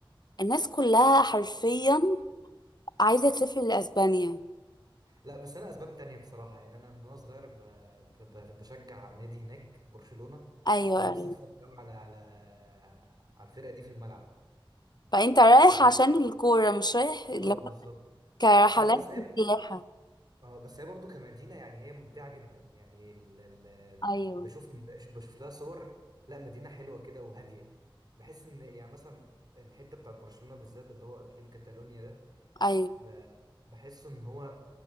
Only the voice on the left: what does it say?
الناس كلها حرفيا عايزة تسافر لأسبانيا
ايوه
ايوه
فانت رايح
عشان الكورة مش رايح لو
كرحلات
وسياحة
ايوه
ايوه